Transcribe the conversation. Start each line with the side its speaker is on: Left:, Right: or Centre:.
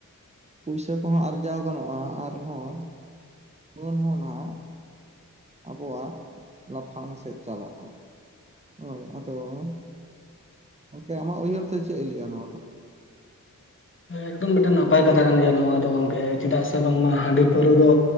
Right: ᱯᱩᱭᱥᱟᱹ ᱠᱚᱦᱚᱸ ᱟᱨᱡᱟᱣ ᱜᱟᱱᱚᱜᱼᱟ ᱟᱨᱦᱚᱸ ᱞᱟᱹᱱ ᱦᱚᱸ ᱱᱟᱦᱟᱜ ᱟᱵᱚᱣᱟᱜ ᱞᱟᱯᱷᱟᱝ ᱥᱮᱫ ᱪᱟᱞᱟᱜᱼᱟ ᱦᱳᱭ ᱟᱫᱚ ᱜᱚᱝᱠᱮ ᱟᱢᱟᱜ ᱩᱭᱦᱟᱹᱨ ᱛᱮ ᱪᱮᱫ ᱮ ᱞᱟᱹᱭᱟ ᱱᱚᱣᱟ ᱫᱚ
Left: ᱮᱠᱫᱚᱢ ᱢᱤᱫᱴᱮᱱ ᱱᱟᱯᱟᱭ ᱠᱟᱛᱷᱟ ᱠᱟᱱ ᱜᱮᱭᱟ ᱱᱚᱣᱟ ᱫᱚ ᱜᱚᱝᱠᱮ ᱪᱮᱫᱟᱜ ᱥᱮ ᱵᱟᱝᱢᱟ ᱦᱟᱺᱰᱤ ᱯᱟᱹᱣᱨᱟᱹ ᱫᱚ